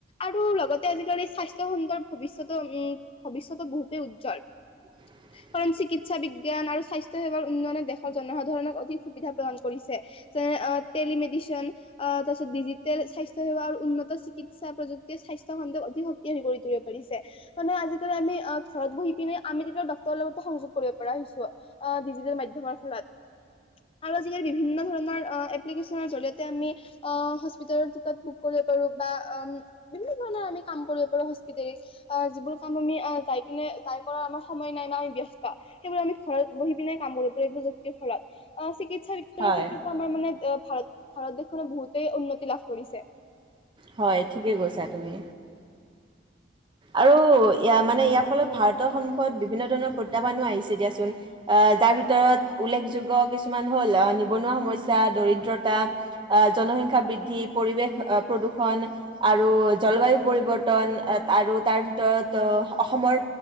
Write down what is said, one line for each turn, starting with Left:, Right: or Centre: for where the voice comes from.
Left: আৰু লগতে আজিকালি স্বাস্থ্য খণ্ডৰ ভৱিষ্যতো উম ভৱিষ্যতত বহুতেই উজ্জ্বল।
Right: <inaudible>
Left: কাৰণ চিকিৎসা বিজ্ঞান আৰু স্বাস্থ্য সেৱাৰ উন্নয়নে দেশৰ জনসাধাৰণক অধিক সুবিধা প্ৰদান কৰিছে। যে টেলিমেডিচন। আ তাৰপাছত ডিজিটেল স্বাস্থ্য সেৱা আৰু উন্নত চিকিৎসা প্ৰযুক্তিয়ে স্বাস্থ্য খণ্ডক অধিক শক্তিশালী কৰি তুলিব পাৰিছে। মানে আজিকালি আমি ঘৰত বহি পিনে আমি কেতিয়াও ডক্তৰৰ লগতো সংযোগ কৰিব পৰা হৈছো। অ' ডিজিটেল মাধ্যমৰ ফলত। আৰু আজিকালি বিভিন্ন ধৰণৰ এপ্লিকেশচনৰ জৰিয়তে আমি অ হস্পিতেলৰ টিকট বুক কৰিব পাৰো, বা অ বিভিন্ন ধৰণৰ আমি কাম কৰিব পাৰো, হস্পিতেলিচ আ যিবোৰ কাম আমি যাই পিনে তাই কৰাৰ আমাৰ সময় নাই বা আমি ব্যস্ত। সেইবোৰ আমি ঘৰত বহি পিনে কাম কৰো পাৰোঁ প্ৰযুক্তিৰ ফলত, আ চিকিৎসা ক্ষেত্ৰতো
Right: হয়।
Left: আমাৰ মানে ভাৰত ভাৰত দেশখনে বহুতেই উন্নতি লাভ কৰিছে।
Right: হয়' ঠিকে কৈছা তুমি। আৰু ইয়া মানে ইয়াৰ ফলত ভাৰতৰ সন্মুখত বিভিন্ন ধৰণৰ প্ৰত্যাহ্বানো আহিছে দিয়াচোন। আ যাৰ ভিতৰত উল্লেখযোগ্য কিছুমান হ'ল, আ নিবনুৱা সমস্যা, দৰিদ্ৰতা। জনসংখ্যা বৃদ্ধি, পৰিৱেশ প্ৰদূষণ। আৰু জলবায়ু পৰিৱৰ্তন আৰু তাৰ ভিতৰত অসমৰ